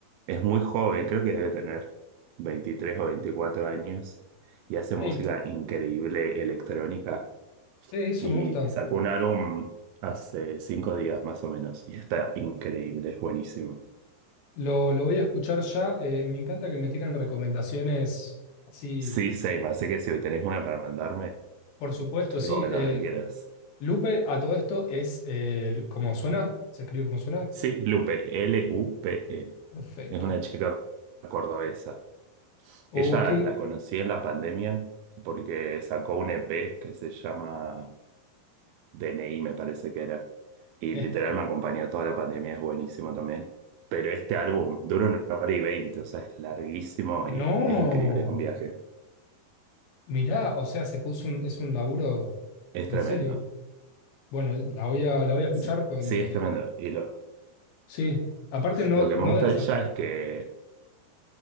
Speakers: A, on the right; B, on the left.
A: Es muy joven, creo que debe tener 23 o 24 años y hace
B: ey,
A: música increíble electrónica.
B: eh, eso
A: Y
B: me gusta.
A: sacó un álbum hace cinco días más o menos y está increíble, es buenísimo.
B: Lo, lo voy a escuchar ya. Eh, me encanta que me tiren recomendaciones así,
A: Sí, Seima, así que si tenés una para mandarme,
B: por supuesto,
A: recomendame
B: sí. Eh,
A: lo que quieras.
B: Lupe, a todo esto es eh, como suena, se escribe como suena.
A: Sí, Lupe, L-U-P-E.
B: Perfecto.
A: Es una chica cordobesa.
B: Oh,
A: Ella
B: qué-
A: la conocí en la pandemia porque sacó un EP que se llama DNI, me parece que era. Y
B: eh,
A: literal me acompañó toda la pandemia, es buenísimo también. Pero este álbum dura una hora y veinte, o sea, es larguísimo y
B: No,
A: es increíble, es un viaje.
B: mirá, o sea, se puso un, es un laburo
A: Es
B: en
A: tremendo.
B: serio. Bueno, la voy a, la voy a escuchar,
A: S-
B: pues
A: Sí,
B: me.
A: es tremendo. Y lo,
B: Sí, aparte no,
A: lo que me
B: no
A: gusta
B: debe
A: de
B: ser
A: ella
B: tan.
A: es que,